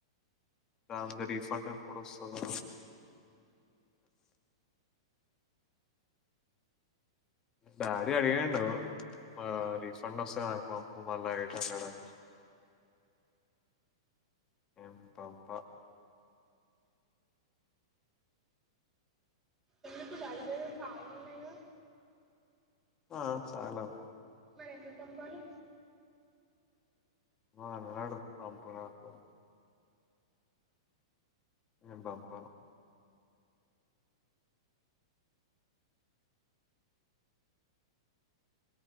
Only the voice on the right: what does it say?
ఎందుకు డాడీ దగ్గర చాలా ఉన్నయ్ గద
మరి ఎందుకు పంపాలి